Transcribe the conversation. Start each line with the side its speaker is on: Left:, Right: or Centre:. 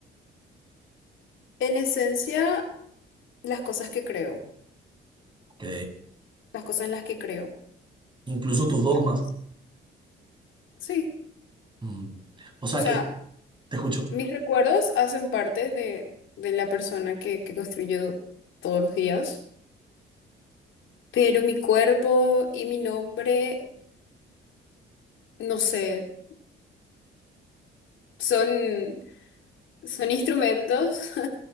Left: En esencia, las cosas que creo,
Right: Ok.
Left: las cosas en las que creo,
Right: Incluso tus dogmas.
Left: las cosas. Sí,
Right: Mm. O sea
Left: o sea,
Right: que te escucho.
Left: mis recuerdos hacen parte de, de la persona que, que construyo todos los días, pero mi cuerpo y mi nombre, no sé, son, son instrumentos <laughs>